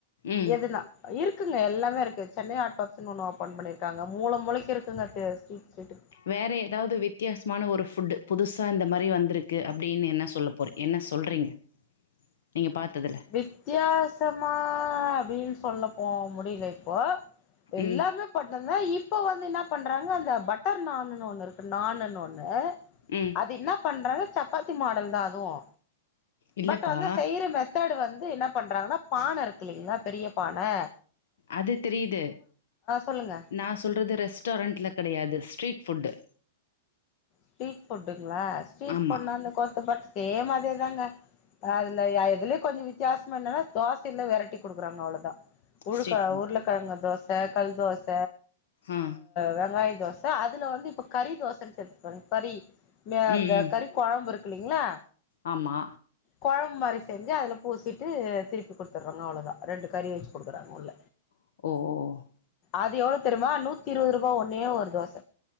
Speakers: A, on the left; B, on the left.
A: ம்
B: எதுனா இருக்குங்க எல்லாமே இருக்கு சென்னை ஹாட் பாக்ஸ்ன்னு ஒண்ணு ஓப்பன் பண்ணிருக்காங்க மூல மூளைக்கு இருக்குங்க ஸ்ட்ரீட்க்கு ஸ்ட்ரீட்
A: வேற ஏதாது வித்தியாசமான ஒரு ஃபுட்டு புதுசா இந்த மாரி வந்திருக்கு அப்டின்னு என்ன சொல்ல போரிங் என்ன சொல்றிங்க நீங்க பாத்ததுல
B: வித்தியாசமா அப்டின்னு சொல்ல போ முடில இப்போ எல்லாமே
A: ம்
B: பட்டந்த இப்போ வந்து இன்னா பண்றாங்க அந்த பட்டர் நான்ன்னு ஒண்ணு இருக்கு நானுன்னு ஒண்ணு
A: ம்
B: அது இன்னா பண்றாங்க சப்பாத்தி மாடல்தா அதுவு
A: இல்லப்பா
B: பட் வந்து செய்ற மெத்தட் மெத்தேர்டு வந்து என்ன பண்றாங்கன்னா பானை இருக்கு இல்லங்களா பெரிய பானை
A: அது தெரியுது
B: சொல்லுங்க
A: நா சொல்றது ரெஸ்டாரண்ட்ல கெடையாது ஸ்ட்ரீட் ஃபுட்டு
B: ஸ்ட்ரீட் ஃபுட்டுங்களா ஸ்ட்ரீட்
A: ஆமா
B: ஃபுட்னா அந்த கொத்து பட் சேம் அதேதாங்க அதுல எதுலய கொஞ்சோ வித்தியாசமா என்னன்னா தோசைல வெரைட்டி குடுக்குறாங்க அவ்ளோதா உருக்கள
A: ஸ்ட்ரீட் ஃபுட்
B: உருளக்கிழங்கு தோச கல் தோச
A: ஆ
B: வெங்காய தோச த அதுல வந்து இப்ப கறி தோசைன்னு சேத்துப்பாங்க கறி ம
A: ம்
B: அந்த
A: ம்
B: கறி கொழம்பு இருக்கு இல்லீங்ளா
A: ஆமா
B: கொழம்புமாரி செஞ்சு அதுல பூசிட்டு திருப்பி குடுத்துடுறாங்க அவ்ளோதா ரெண்டு கறி வச்சு குடுக்குறாங்க உள்ள
A: ஓஓ
B: அது எவ்ளோ தெரிமா நூத்தி இருவதுரூபா ஒன்னே ஒரு தோச